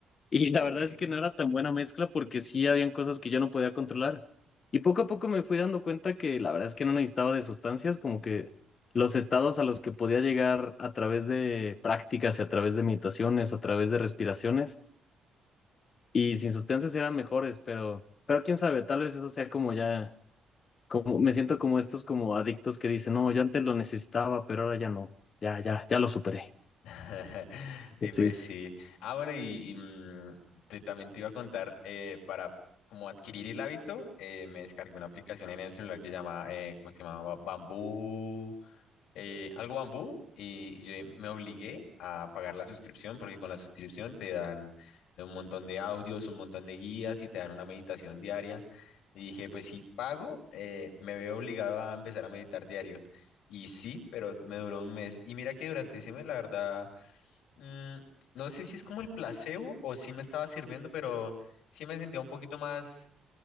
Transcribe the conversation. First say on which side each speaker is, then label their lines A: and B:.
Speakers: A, on the left (about 50°); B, on the left (about 80°).
A: Y la
B: Eh,
A: verdad es que no era tan buena mezcla porque sí habían cosas que yo no podía controlar. Y poco a poco me fui dando cuenta que la verdad es que no necesitaba de sustancias, como que los estados a los que podía llegar a través de prácticas y a través de meditaciones, a través de respiraciones y sin sustancias eran mejores, pero, pero quién sabe, tal vez eso sea como ya, como me siento como estos como adictos que dicen, no, yo antes lo necesitaba, pero ahora ya no, ya, ya, ya lo superé.
B: <laughs> Y pues
A: Sí,
B: sí. Ah, bueno, y, y, mm, te- también te iba a contar, eh, para como adquirir el hábito, eh, me descargué una aplicación en el celular que se llama, eh, ¿cómo se llamaba? Bambú. eh, algo bambú y, y yo me obligué a pagar la suscripción porque con la suscripción te dan un montón de audios, un montón de guías y te dan una meditación diaria. Y dije, pues si pago, eh, me veo obligado a empezar a meditar diario. Y sí, pero me duró un mes. Y mira que durante ese mes, la verdad, mm, no sé si es como el placebo o si me estaba sirviendo, pero sí me sentía un poquito más